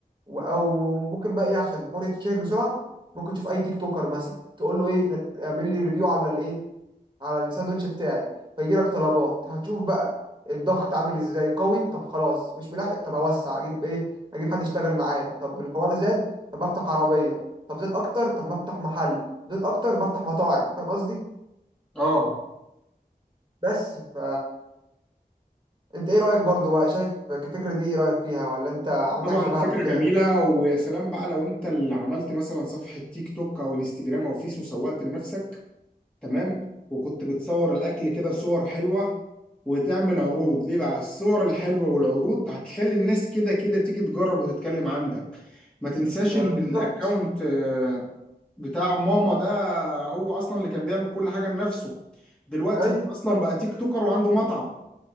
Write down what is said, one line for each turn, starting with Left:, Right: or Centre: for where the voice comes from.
Right: و- او ممكن بقى ايه عشان الحوار يتشهر بسرعه ممكن تشوف اي تيك توكر مثلا تقول له ايه اعمل لي ريفيو على الايه على الساندوتش بتاعي فيجي لك طلبات هتشوف بقى الضغط عامل ازاي قوي طب خلاص مش ملاحق طب اوسع اجيب ايه اجيب حد يشتغل معايا طب الحوار زاد طب ما افتح عربيه طب زاد اكتر طب ما افتح محل طب زاد اكتر ما افتح مطاعم فاهم قصدي
Centre: اه
Right: بس ف انت ايه رايك برضو بقى شايف الفكره دي ايه رايك فيها ولا انت عملت
Centre: طبعا
Right: حاجه شبهها
Centre: الفكرة
Right: قبل كده
Centre: جميلة ويا سلام بقى لو انت اللي عملت مثلا صفحة تيك توك او انستجرام او فيس وسوقت لنفسك تمام وكنت بتصور الاكل كده صور حلوة وتعمل عروض ليه بقى الصور الحلوة والعروض هتخلي الناس كده كده تيجي تجرب وتتكلم عندك ما تنساش
Right: ما-
Centre: ان
Right: بالظبط
Centre: الاكونت آه، بتاع ماما ده هو اصلا اللي كان بيعمل كل حاجة لنفسه دلوقتي
Right: ايوه
Centre: هو اصلا بقى تيك توكر وعنده مطعم